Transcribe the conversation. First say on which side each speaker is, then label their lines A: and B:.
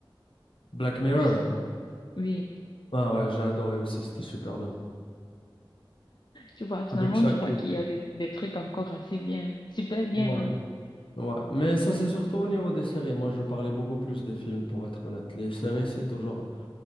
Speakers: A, on the left (about 70°); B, on the left (about 55°).
A: Black Mirror.
B: Je sais pas. si- Oui.
A: Ah ouais, j'ai adoré aussi. C'était super bien.
B: Tu vois, finalement,
A: Avec Shaq.
B: tu vois qu'il y a des, des trucs encore assez bien, super bien
A: Ouais,
B: même.
A: Ouais, mais ça c'est surtout au niveau des séries. Moi, je parlais beaucoup plus des films pour être honnête. Les séries, c'est toujours